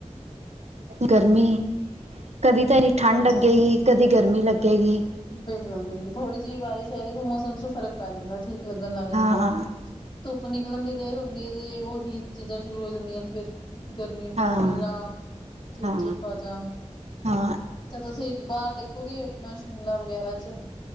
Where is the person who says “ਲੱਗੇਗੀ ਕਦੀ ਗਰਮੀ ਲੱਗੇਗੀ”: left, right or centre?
Right